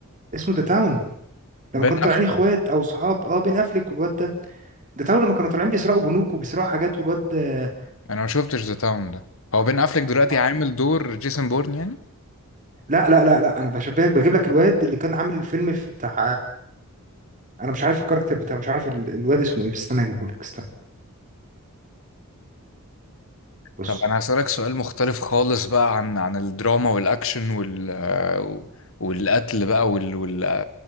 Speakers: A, on the right; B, on the left.
A: اسمه ده تاون لما
B: بين
A: كانوا
B: افليك
A: طالعين اخوات او صحاب اه بين افليك والواد ده ده تاون لما كانوا طالعين بيسرقوا بنوك وبيسرقوا حاجات والواد آه،
B: انا ما شفتش ذا تاون ده هو بين افليك دلوقتي
A: آه.
B: عامل دور جيسون بورن يعني
A: لا لا لا لا انا بشبهك بجيب لك الواد اللي كان عامل الفيلم في بتاع انا مش عارف الكاركتر بتاعه مش عارف ال- الواد اسمه ايه بس استنى اجيبه لك استنى بص
B: طب انا هسألك سؤال مختلف خالص بقى عن عن الدراما والاكشن وال والقتل بقى وال وال